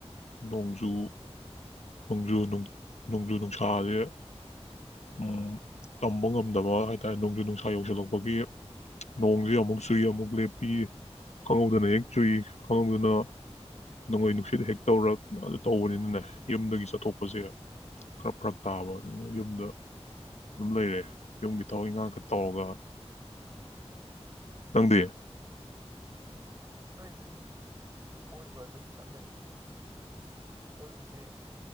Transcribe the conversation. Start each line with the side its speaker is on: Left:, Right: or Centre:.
Left: ꯅꯣꯡꯖꯨ ꯅꯣꯡꯖꯨ ꯅꯣꯡꯖꯨ ꯅꯨꯡꯁꯥꯖꯦ ꯎꯝ ꯇꯝꯕ ꯉꯝꯗꯕ ꯍꯥꯏ ꯇꯔꯦ ꯅꯣꯡꯖꯨ ꯅꯨꯡꯁꯥ ꯌꯧꯁꯤꯜꯂꯛꯄꯒꯤ ꯅꯣꯡꯁꯦ ꯑꯃꯨꯛ ꯆꯨꯏ ꯑꯃꯨꯛ ꯂꯦꯞꯄꯤ ꯈꯪꯍꯧꯗꯅ ꯍꯦꯛ ꯆꯨꯏ꯫ ꯑꯗꯨꯗꯨꯅ꯫ ꯅꯣꯡꯂꯩ ꯅꯨꯡꯁꯤꯠ ꯍꯦꯛ ꯇꯧꯔ ꯑꯗꯨ ꯇꯧꯕꯅꯤꯅꯅꯦ ꯌꯨꯝꯗꯒꯤ ꯆꯠꯊꯣꯛꯄꯁꯦ ꯈꯔ ꯐꯔꯛ ꯇꯥꯕ ꯑꯗꯨꯅ ꯌꯨꯝꯗ ꯑꯗꯨꯝ ꯂꯩꯔꯦ ꯌꯨꯝꯒꯤ ꯊꯕꯛ ꯏꯟꯈꯥꯡ ꯈ ꯇꯧꯔꯒ ꯅꯪꯗꯤ꯫
Right: ꯑꯩꯒꯤꯗꯤ ꯀꯣꯏꯕ ꯑꯗꯨꯝ ꯆꯠꯂꯦ ꯀꯣꯏꯕꯁꯦ